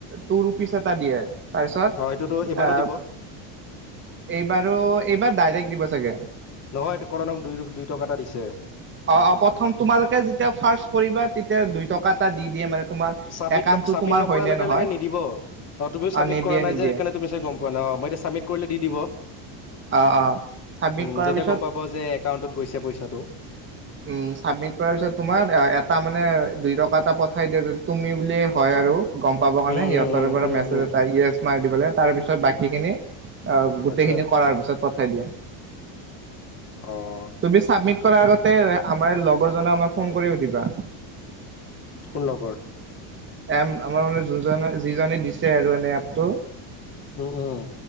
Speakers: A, on the right (about 25°); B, on the left (about 35°).
A: টু ৰুপিচ এটা দিয়ে তাৰপিছত
B: অঁ সেইটোতো এইবাৰো
A: এ
B: দিব
A: এইবাৰো এইবাৰ ডাইৰেক্ট দিব চাগে
B: নহয় এইটো কৰণক দুই দুই টকা এটা দিছে
A: অ অ প্ৰথম তোমালোকে যেতিয়া ফাৰ্ছ কৰিবা তেতিয়া দুই টকা এটা দি দিয়ে মানে তোমাৰ
B: চাবমিট
A: একাউণ্টটো
B: ন ছাবমিট
A: তোমাৰ
B: নকৰা
A: হয় নে নহয়
B: লগে নিদিব অ তুমি চাবমিট
A: অ' নিদিয়ে
B: কৰা নাই
A: নিদিয়ে
B: যে সেইকাৰণে তুমি চে গম পোৱা ন মই এতিয়া চাবমিট কৰিলে দি দিব উম
A: অ' অ' চাবমিট কৰাৰ
B: যেতিয়া
A: পিছত
B: গম পাব যে একাউণ্টত গৈছে পইচাটো
A: উ ছাবমিট কৰাৰ পিছত তোমাৰ এ এটা মানে দুই টকা এটা পঠাই দিয়ে যে তুমি বুলিয়ে হয় আৰু গম পাব কাৰণে
B: উম
A: সিহঁতৰ
B: উম উম
A: পৰা
B: উম
A: মেছেজ
B: উম
A: এটা ই এছ মাই দিবলে তাৰ পিছত বাকীখিনি অ গোটেইখিনি
B: আচ্ছা
A: কৰাৰ পিছত পঠাই দিয়া
B: অঁ
A: তুমি চাবমিট কৰাৰ আগতে আমাৰ লগৰজন আমাক ফোন কৰি সুধিবা
B: কোন লগৰ
A: এপ আমাৰ মানে যোজনে যিজনে দিছে আৰু এনে এপটো
B: উ উ